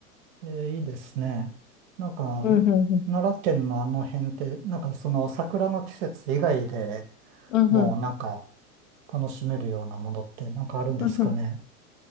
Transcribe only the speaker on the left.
うんうんうん。
うんうん。
うんうん。